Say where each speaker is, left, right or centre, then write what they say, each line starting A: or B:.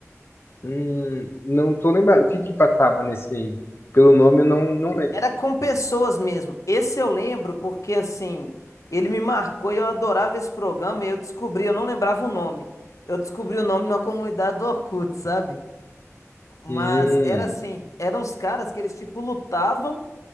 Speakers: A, on the left; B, on the left.
A: Hum, não tô lembrado. O que que passava nesse aí? Pelo nome eu não, não lembro.
B: Era com pessoas mesmo. Esse eu lembro porque, assim, ele me marcou e eu adorava esse programa e eu descobri, eu não lembrava o nome. Eu descobri o nome numa comunidade do Orkut, sabe? Mas
A: Hum,
B: era assim, eram uns caras que eles, tipo, lutavam